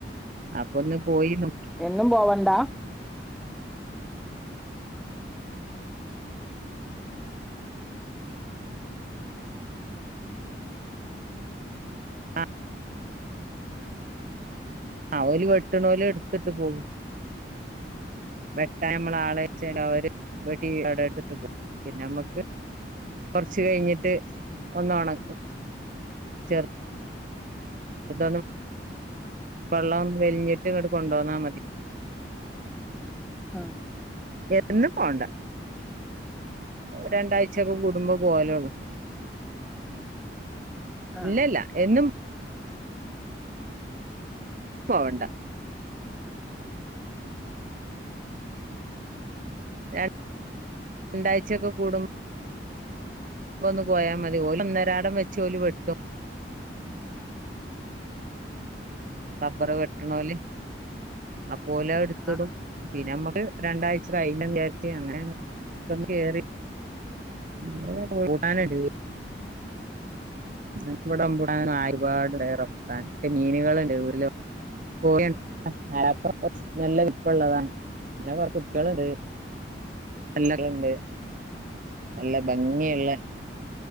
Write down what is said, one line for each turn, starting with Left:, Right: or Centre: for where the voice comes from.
Right: അപ്പൊ ഒന്ന് പോയി നോക്കി
Centre: എന്നും പോവണ്ടാ
Right: ആ ഓര് വെട്ടണ ഓല് എടുത്തിട്ട് പോകും വെട്ടാൻ നമ്മള ആള വച്ചഅവര് വെട്ടി അവിടെ എടുത്തിട്ട് പോകും പിന്നെ നമ്മക്ക് കൊറച്ച് കഴിഞ്ഞിട്ട് ഒന്നൊണ ചെറു- അത വള്ളം വെലിഞ്ഞിട്ട് ഇങ്ങ കൊണ്ട വന്നാ മതി
Centre: ആ
Right: എന്നന്നും പോണ്ട രണ്ടാഴ്ചക്കെ കൂടുമ്പോ പോകലോള്ളു
Centre: ആഹ്
Right: ഇല്ലല്ല എന്നും പോവണ്ട രണ്ട് രണ്ടാഴ്ച്ചയെക്കെ കൂടുമ്പോ അപ്പം ഒന്ന് പോയാ മതി ഓല് ഒന്നരാടം വെച്ച ഓല് വെട്ടു റബ്ബർ വെട്ടണഓല് ആപ്പ ഓല് എടുത്തിടും
Centre: ആഹ് ആഹ്
Right: പിന്നെ നമ്മള് രണ്ടാഴ്ച്ച കഴിഞ്ഞ വിചാരിച്ച അങ്ങനെ ഒന്ന് കേറി വേറെ കൂട്ടാനടി നന്മ ഇവിടെ നാലുപാടെ റംബുട്ടൻ മീനുകളല്ല പോയണ്ട് ആപ്പറം നല്ല വലിപ്പമുള്ളതാണ് പിന്നെ കുറ കുട്ടികളുണ്ട് എല്ലാരുണ്ട് നല്ല ഭംഗിയുള്ള